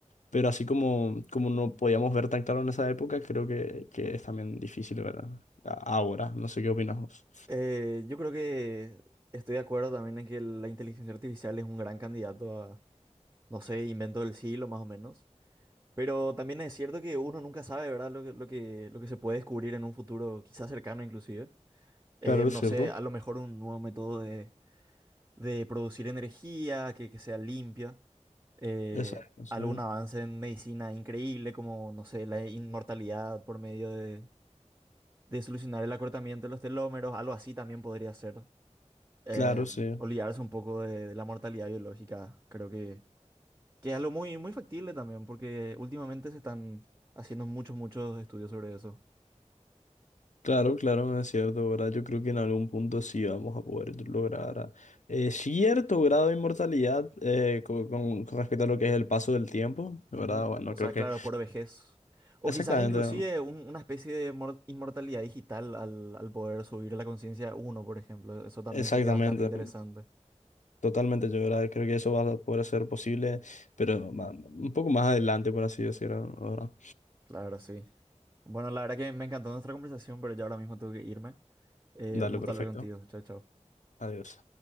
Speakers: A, on the left; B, on the right.
A: pero así como, como no podíamos ver tan claro en esa época, creo que, que es también difícil, ¿verdad? A- Ahora, no sé qué opinas vos.
B: Eh, yo creo que estoy de acuerdo también en que la inteligencia artificial es un gran candidato a, no sé, invento del siglo más o menos. Pero también es cierto que uno nunca sabe, ¿verdad? Lo que, lo que, lo que se puede descubrir en un futuro quizás cercano inclusive. Eh,
A: Claro,
B: no
A: es cierto.
B: sé, a lo mejor un nuevo método de. de producir energía que, que sea limpia, eh,
A: Exacto, sí.
B: algún avance en medicina increíble como, no sé, la inmortalidad por medio de, de solucionar el acortamiento de los telómeros, algo así también podría ser. Eh,
A: Claro, sí.
B: olvidarse un poco de, de la mortalidad biológica, creo que, que es algo muy, muy factible también, porque últimamente se están haciendo muchos, muchos estudios sobre eso.
A: Claro, claro, es cierto, ¿verdad? Yo creo que en algún punto sí vamos a poder lograr ah, eh, cierto grado de inmortalidad eh, co- con, con respecto a lo que es el paso del tiempo, ¿verdad?
B: Ujú.
A: Bueno,
B: O sea,
A: creo
B: claro,
A: que
B: por vejez. O
A: exactamente,
B: quizás inclusive un- una especie de mor- inmortalidad digital al, al poder subir la conciencia a uno, por ejemplo. Eso también
A: exactamente,
B: sería bastante interesante.
A: totalmente, yo ¿verdad? creo que eso va a poder ser posible, pero ma- un poco más adelante, por así decirlo, ¿verdad?
B: Claro, sí. Bueno, la verdad que me encantó nuestra conversación, pero ya ahora mismo tengo que irme. Eh,
A: Dale,
B: un gusto
A: perfecto.
B: hablar contigo. Chao, chao.
A: Adiós.